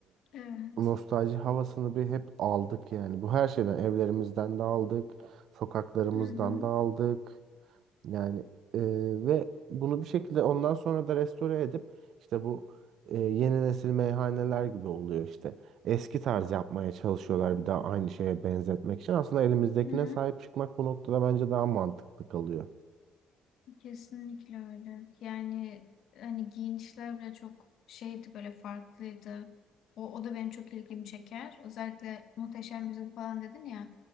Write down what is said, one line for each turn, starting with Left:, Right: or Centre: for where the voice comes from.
Left: Evet.
Right: nostalji havasını bir hep aldık yani. Bu her şeyden evlerimizden de aldık, sokaklarımızdan
Left: Hı hı.
Right: da aldık. Yani e, ve bunu bir şekilde ondan sonra da restore edip işte bu e, yeni nesil meyhaneler gibi oluyor işte. Eski tarz yapmaya çalışıyorlar bir daha aynı şeye benzetmek için. Aslında elimizdekine
Left: Hı hı.
Right: sahip çıkmak bu noktada bence daha mantıklı kalıyor.
Left: Kesinlikle öyle. Yani hani giyinişler bile çok şeydi böyle farklıydı. O, o da benim çok ilgimi çeker. Özellikle muhteşem yüzyıl falan dedin ya.